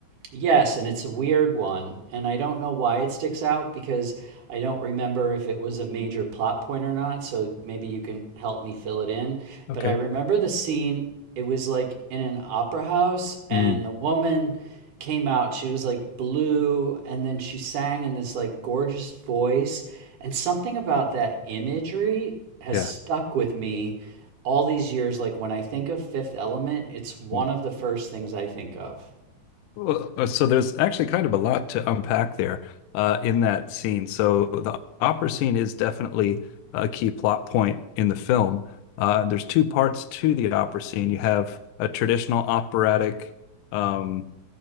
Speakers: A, on the right (about 65°); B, on the left (about 80°).
A: Yes, and it's a weird one, and I don't know why it sticks out because I don't remember if it was a major plot point or not, so maybe you can help me fill it in.
B: Okay.
A: But I remember the scene, it was like in an opera house, and
B: Mm,
A: a woman came out. She was like blue, and then she sang in this like gorgeous voice, and something about that imagery has
B: yeah.
A: stuck with me all these years. Like when I think of Fifth Element, it's one
B: Mm.
A: of the first things I think of.
B: Well, uh, so there's actually kind of a lot to unpack there uh, in that scene. So the opera scene is definitely a key plot point in the film. Uh, there's two parts to the opera scene. You have a traditional operatic um,